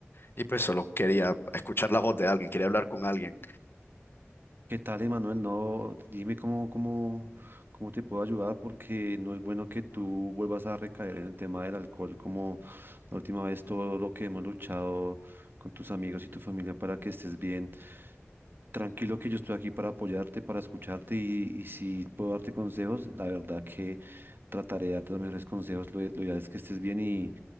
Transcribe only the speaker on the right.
¿Qué tal, Emanuel? No, dime cómo, cómo, cómo te puedo ayudar porque no es bueno que tú vuelvas a recaer en el tema del alcohol como la última vez todo lo que hemos luchado con tus amigos y tu familia para que estés bien. Tranquilo que yo estoy aquí para apoyarte, para escucharte y, y si puedo darte consejos, la verdad que trataré de darte los mejores consejos. Lo, lo ideal es que estés bien y,